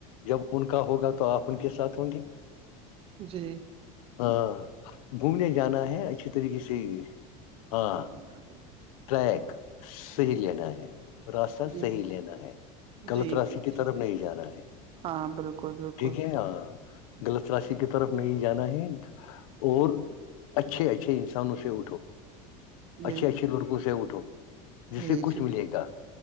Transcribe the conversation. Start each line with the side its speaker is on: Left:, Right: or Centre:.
Left: جب ان کا ہوگا تو آپ ان کے ساتھ ہوں گے
Right: جی
Left: ہاں گھومنے جانا ہے اچھی طریقے سے ہاں
Right: اچ <unintelligible>
Left: ٹریک صحیح لینا ہے راستہ
Right: جی
Left: صحیح لینا ہے غلط
Right: جی
Left: راش
Right: جی
Left: کی
Right: جی
Left: طرف نہیں جانا ہے
Right: ہاں بالکل بالکل
Left: ٹھیک ہے ہاں غلط راشی کی طرف نہیں جانا ہے اور اچھے اچھے انسانوں سے اٹھو
Right: جی
Left: اچھے اچھے لڑکوں سے اٹھو جس
Right: جی
Left: سے کچھ
Right: جی
Left: ملے گا